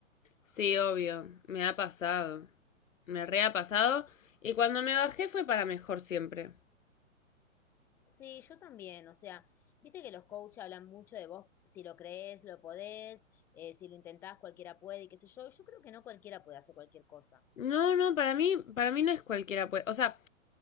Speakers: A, on the left; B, in the centre.
A: Sí, obvio, me ha pasado. Me re ha pasado. Y cuando me bajé fue para mejor siempre.
B: Sí, yo también, o sea, viste que los coaches hablan mucho de vos, si lo crees, lo podés, eh, si lo intentás, cualquiera puede y qué sé yo, yo creo que no cualquiera puede hacer cualquier cosa.
A: No, no, para mí, para mí no es cualquiera, pues. O sea,